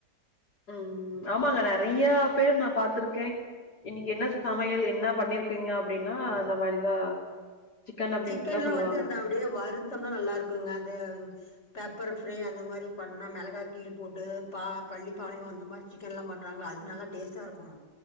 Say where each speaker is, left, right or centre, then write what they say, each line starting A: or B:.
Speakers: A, on the left (about 70°); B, on the left (about 40°).
A: ம் ஆமாங்க நெறைய்யா பேரு நா பாத்திருக்கே இன்னிகி என்னச் சமையல் என்ன பண்ணிருக்கீங்க அப்டின்னா அந்த மாரிதா சிக்கன் அப்டின்தா
B: சிக்கன்லா
A: சொல்லுவாங்க
B: வந்து அந்த அப்டியே வருத்தம்னா நல்லா இருக்குங்க அந்த பேப்பர் ஃப்ரே அந்த மாரிப் பண்ணா மெளகா கிள்ளி போட்டு பா பள்ளிப்பாளையோ அந்த மாரி சிக்கன்லாம் பண்றாங்ளா அது நல்லா டேஸ்ட்டா இருக்கு